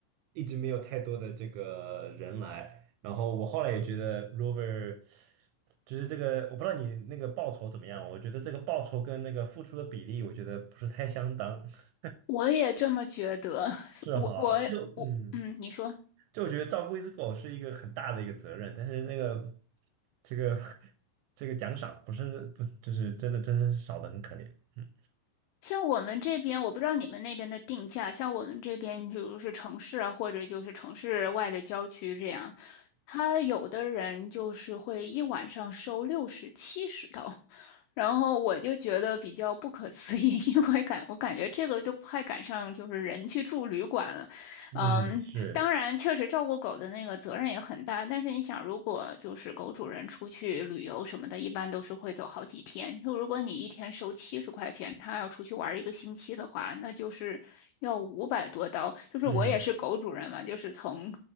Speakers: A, on the right; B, on the left.
A: 一直没有太多的这个人来。然后我后来也觉得 rover 就是这个，我不知道你那个报酬怎么样，我觉得这个报酬跟那个付出的比例，我觉得不是太相当。<laughs>
B: 我也这么觉得。<laughs>
A: 是哈，
B: 我我我，
A: 就嗯。
B: 嗯，你说，
A: 就我觉得照顾一只狗是一个很大的一个责任，但是那个这个 <laughs> 这个奖赏不是不就是真的真的是少的很可怜。嗯
B: 像我们这边，我不知道你们那边的定价，像我们这边，比如是城市啊，或者就是城市外的郊区这样，他有的人就是会一晚上收六十、七十刀，然后我就觉得比较不可思议，<laughs> 因为感我感觉这个都快赶上就是人去住旅馆了。
A: 嗯是
B: 嗯，当然，确实照顾狗的那个责任也很大，但是你想，如果就是狗主人出去旅游什么的，一般都是会走好几天。就如果你一天收七十块钱，他要出去玩一个星期的话，那就是要五百多刀。就是我也是狗主人嘛，
A: 嗯，
B: 就是从